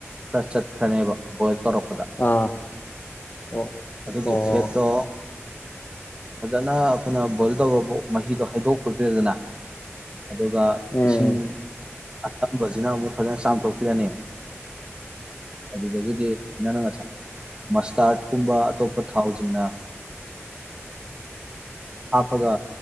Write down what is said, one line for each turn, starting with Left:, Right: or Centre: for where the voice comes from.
Right: ꯈꯔ ꯆꯠꯈ꯭ꯔꯅꯦꯕ ꯕꯣꯏꯜ ꯇꯧꯔꯛꯄ
Left: ꯑꯥ ꯑꯣ
Right: ꯑꯗꯨꯒꯤ
Left: ꯑꯣ
Right: ꯐꯦꯠꯇꯣ ꯐꯖꯅ ꯑꯩꯈꯣꯏꯅ ꯕꯣꯏꯜ ꯇꯧꯕꯕꯨ ꯃꯍꯤꯗꯣ ꯍꯩꯗꯣꯛꯄ꯭ꯔꯤꯗ꯭ꯔꯦꯗꯅ ꯑꯗꯨꯒ
Left: ꯎꯝ
Right: ꯏꯁꯤꯡ ꯑꯆꯝꯕꯁꯤꯅ ꯑꯃꯨꯛ ꯐꯖꯅ ꯆꯥꯝꯊꯣꯛꯄꯤꯔꯅꯤ ꯑꯗꯨꯗꯒꯤꯗꯤ ꯅꯪꯪꯅ ꯉꯁꯥꯏ ꯃꯁꯇ꯭ꯔꯥꯗ ꯀꯨꯝꯕ ꯑꯇꯣꯞꯄ ꯊꯥꯎꯁꯤꯡꯅ ꯍꯥꯞꯄꯒ